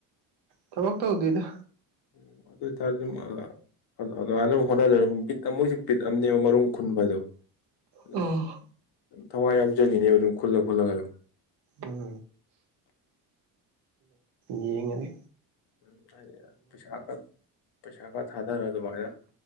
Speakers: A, on the right; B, on the left.
A: ꯊꯕꯛ ꯇꯧꯗꯦꯗ
B: ꯎꯝ ꯑꯗꯨꯏꯇꯗꯤ ꯃꯜꯂꯥꯛ ꯑ ꯑꯗꯨ ꯍꯥꯏ ꯑꯗꯨꯝ ꯍꯣꯠꯅꯖꯔ ꯕꯤꯠ ꯃꯣꯏꯁꯨ ꯕꯤꯠ ꯑꯃꯅꯦꯕ ꯃꯔꯨꯝ ꯈꯨꯟꯕꯗꯣ ꯑꯗꯨꯝ
A: ꯑ
B: ꯊꯋꯥꯏ ꯌꯥꯎꯖꯈꯤꯅꯦꯕ ꯑꯗꯨꯝ ꯈꯨꯜꯂ ꯈꯣꯠꯂꯒ ꯑꯗꯨꯝ
A: ꯎꯝ ꯌꯦꯉꯗꯤ
B: ꯎꯝ ꯍꯥꯏꯗꯤ ꯄꯩꯁꯥ ꯈ ꯄꯩꯁꯥ ꯈ ꯊꯥꯗꯔ ꯑꯗꯨꯃꯥꯏꯅ